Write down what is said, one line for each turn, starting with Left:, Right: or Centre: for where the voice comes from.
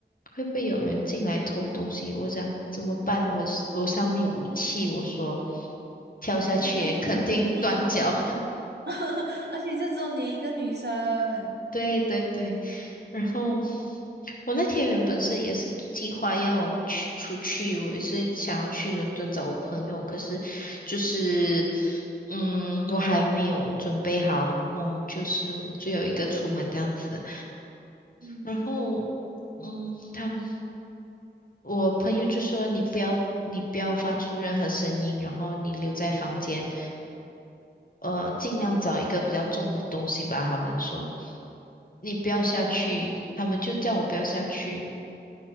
Left: 会不会有人进来偷东西？我讲怎么办？我是楼上没有武器，我说跳下去也肯定断脚，
Right: 对，而且就只有你一个，<laughs> 而且就只有你一个女生。
Left: 对对对，然后我那天原本是也是计划要去出去，我也是想要去伦敦找我朋友，可是就是嗯，我还没有准备好，然后就是我只有一个出门这样子，
Right: 嗯
Left: 然后嗯，他。们。我朋友就说你不要，你不要发出任何声音，然后你留在房间，呃，尽量找一个比较重的东西吧。他们说你不要下去，
Right: 哦
Left: 他们就叫我不要下去，